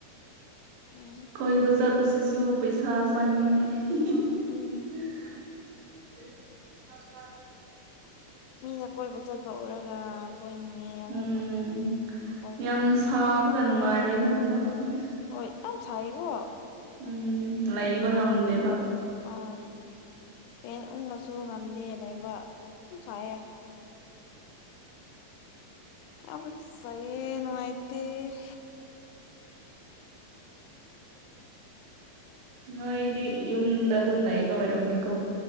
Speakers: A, on the left; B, on the right.
A: ꯑꯣ
B: ꯀꯣꯏꯕ ꯆꯠꯄꯁꯤꯁꯨ ꯄꯩꯁꯥ ꯆꯪꯉꯤꯅꯦ <unintelligible>
A: ꯎꯝ ꯃꯤꯅ ꯀꯣꯏꯕ ꯆꯠꯄ ꯎꯔꯒ ꯀꯣꯏꯅꯤꯡꯉꯦ ꯑꯗꯨꯕꯨ
B: ꯎꯝ
A: ꯀꯣꯏꯕ
B: ꯌꯥꯝ
A: ꯐꯪꯒꯦ
B: ꯁꯥꯕꯒ ꯅꯨꯡꯉꯥꯏꯔꯣꯏꯗ ꯍꯟꯗꯛꯁꯤꯗꯤ
A: ꯍꯣꯏ ꯌꯥꯝ ꯁꯥꯏꯌꯦꯀꯣ
B: ꯎꯝ ꯂꯩꯕ ꯉꯝꯗꯦꯕ
A: ꯑꯥ ꯐ‌ꯦꯟ ꯎꯪꯉꯁꯨ ꯉꯝꯗꯦ ꯂꯩꯕ ꯁꯥꯏꯑꯦ ꯌꯥꯝ ꯁꯩꯋ‌ꯦ ꯅꯨꯡꯉꯥꯏꯇ‌ꯦ
B: ꯅꯣꯏꯗꯤ ꯌꯨꯝꯗ ꯑꯗꯨꯝ ꯂꯩꯩꯕ ꯑꯣꯏꯔꯝꯅꯤꯀꯣ